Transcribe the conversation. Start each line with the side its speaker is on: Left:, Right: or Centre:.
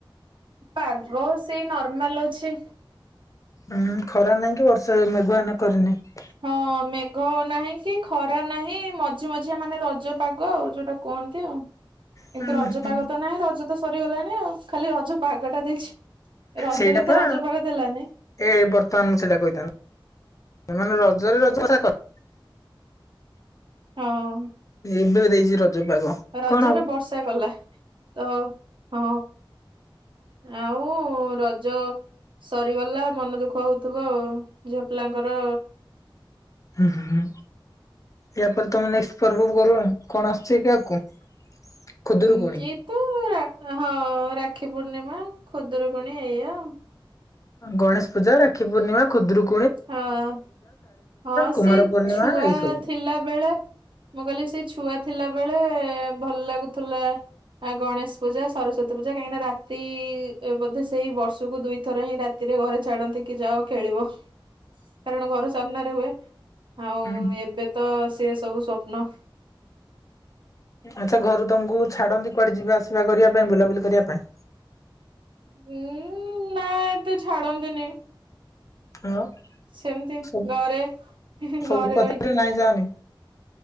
Right: ଆଗ ସେ ନର୍ମାଲ ଅଛି।
Left: ହୁଁ ଖରା ନାଇଁ କି ବର୍ଷା ବି ବୟାନ କରିନାଇ।
Right: ହଁ ମେଘ ନାହିଁ କି ଖରା ନାହିଁ ମଝି ମଝିଆ ମାନେ ରଜ ପାଗ ଯୋଉଟା କହନ୍ତି ଆଉ।
Left: ହୁଁ
Right: କିନ୍ତୁ ରଜପାଗ
Left: ହୁଁ
Right: କିଛି ତ ନାହିଁ ରଜ ତ ସରିଗଲାଣି, ଆଉ ଖାଲି ରଜ। ପାଗ ଟା ଦେଇଛି ରଜରେ
Left: ସେଇଟା
Right: ତ
Left: ପା
Right: ରଜ ପାଗ ଦେଲାନି
Left: ଏ ବର୍ତ୍ତମାନ ସେଇଟା କହିଥାନ୍ତୁ। ସେମାନେ ରଜରେ ରଜରେ କଥା
Right: ହଁ
Left: <unintelligible>
Right: ରଜରେ
Left: କଣ ହବ
Right: ବର୍ଷା କଲା ତ ହଁ ଆଉ ରଜ ସରିଗଲା ମନ ଦୁଃଖ ହଉଥିବ ଆଉ ଝିଅପିଲାଙ୍କର।
Left: ହୁଁ ହୁଁ ହୁଁ ୟା ପରେ ତମେ ନେଷ୍ଟ ପର୍ବ କରିବନି କଣ ଆସୁଛି କି ଆଗକୁ? ଖୁଦୁରୁକୁଣୀ
Right: ଉଁ ଏ ତ ହଉ ର କ୍ଷୀ ପୂର୍ଣ୍ଣିମା ଖୁଦୁରୁକୁଣୀ ଏଇଆ
Left: ଗଣେଶ ପୂଜା ରାକ୍ଷୀ ପୂର୍ଣ୍ଣିମା ଖୁଦୁରୁ
Right: ହଁ ହଁ
Left: କୁମାର
Right: ସେ
Left: ପୂର୍ଣ୍ଣିମା
Right: ଛୁଆ
Left: ଏଇ ସବୁ।
Right: ଥିଲା ବେଳେ ମୁଁ କହିଲି ସେ ଛୁଆ ଥିଲା ବେଳେ ଭଲ ଲାଗୁଥିଲା ଗଣେଶ ପୂଜା ସରସ୍ଵତୀ ପୂଜା କାହିଁକିନା ରାତି ବୋଧେ ସେଇ ବର୍ଷକୁ ଦୁଇଥର ହିଁ ରାତିରେ ଘରେ ଛାଡନ୍ତି କି ଯାଅ ଖେଳିବ। କାରଣ ଘର ସାମ୍ନାରେ ହୁଏ। ଆଉ
Left: ହୁଁ
Right: ଏବେ ତ ସେ ସବୁ ସ୍ୱପ୍ନ
Left: ଆଚ୍ଛା ଘରୁ ତମକୁ ଛାଡନ୍ତି କୁଆଡେ ଯିବା ଆସିବା କରିବା ପାଇଁ ବୁଲାବୁଲି କରିବା ପାଇଁ?
Right: ହୁଁ ନା ଏ ତେ ଛାଡନ୍ତିନି।
Left: ହଁ
Right: ସେମିତି
Left: ସବୁ
Right: ଘରେ
Left: ସବୁ
Right: ଘରେ
Left: କଥାରେ
Right: ରହିକି।
Left: ନାଇଁ ଯାଅନି